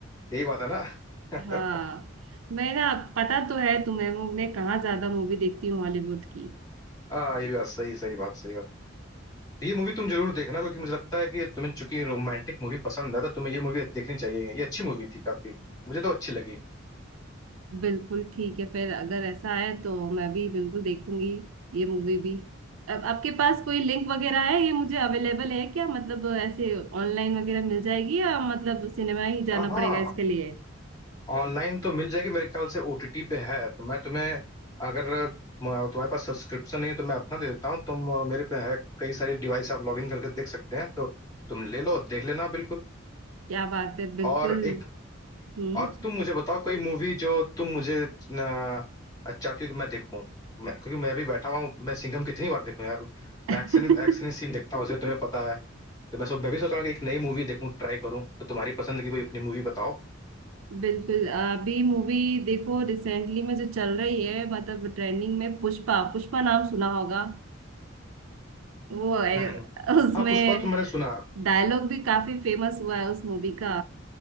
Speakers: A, on the left; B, on the right.
A: यही बात है ना
B: हाँ
A: <laughs>
B: मैं ना पता तो है तुम्हें वो मैं कहाँ ज्यादा मूवी देखती हूँ हॉलीवुड की
A: हाँ ये भी बात सही सही बात सही बात ये मूवी तुम जरूर देखना क्योंकि मुझे लगता है कि ये तुम्हें चूंकि रोमांटिक मूवी पसंद है तो तुम्हें ये मूवी देखनी चाहिए ये अच्छी मूवी थी काफी मुझे तो अच्छी लगी
B: बिल्कुल ठीक है फिर अगर ऐसा है तो मैं भी बिल्कुल देखूंगी ये मूवी भी अब आपके पास कोई लिंक वगैरह है ये मुझे अवेलेबल है क्या मतलब ऐसे ऑनलाइन वगैरह मिल जाएगी या मतलब सिनेमा ही जाना
A: आ, हाँ
B: पड़ेगा इसके लिए
A: ऑनलाइन तो मिल जाएगी मेरे ख्याल से ओटीटी पे है तो मैं तुम्हें अगर म- तुम्हारे पास सब्सक्रिप्शन नहीं है तो मैं अपना दे देता हूँ तुम अ, मेरे पे है कई सारी डिवाइस आप लॉग इन करके देख सकते हैं तो तुम ले लो देख लेना बिल्कुल
B: क्या बात है बिल्कुल
A: और एक
B: हम्म
A: और तुम मुझे बताओ कोई मूवी जो तुम मुझे न, चाहती हो कि मैं देखूं मैं क्योंकि मैं अभी बैठा हुआ हूँ मैं सिंघम कितनी बार देखूं यार
B: <laughs>
A: मैं एक्शन एक्शन सीन देखता हूँ उसे तुम्हें पता है तो मैं सब मैं भी सोच रहा हूँ कि एक नई मूवी देखूं ट्राई करूं तो तुम्हारी पसंद की कोई अपनी मूवी बताओ
B: बिल्कुल अभी मूवी देखो रिसेंटली में जो चल रही है मतलब ट्रेंडिंग में पुष्पा पुष्पा नाम सुना होगा वो है
A: हम्म
B: उसमें
A: हाँ पुष्पा तो मैंने सुना
B: डायलॉग भी काफी फेमस हुआ है उस मूवी का